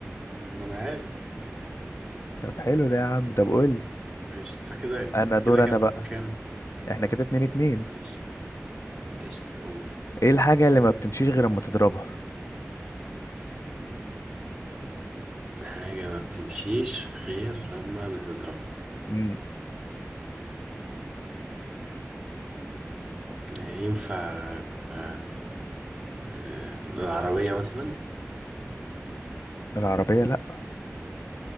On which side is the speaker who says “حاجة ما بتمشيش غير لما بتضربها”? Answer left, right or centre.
Centre